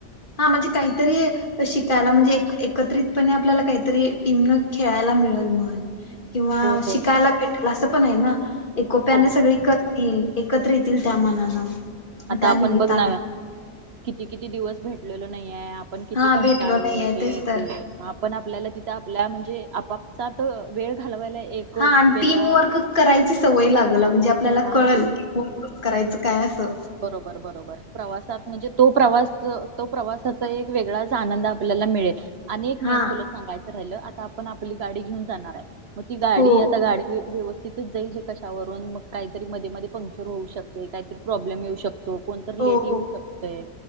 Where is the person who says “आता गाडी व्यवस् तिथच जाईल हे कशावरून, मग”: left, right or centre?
Right